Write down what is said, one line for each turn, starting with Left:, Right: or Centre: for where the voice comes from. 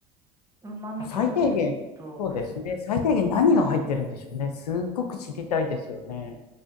Right: 旨味とかもきっと
Left: あ最低限、そうですね。最低限何が入ってるんでしょうね。すっごく知りたいですよね。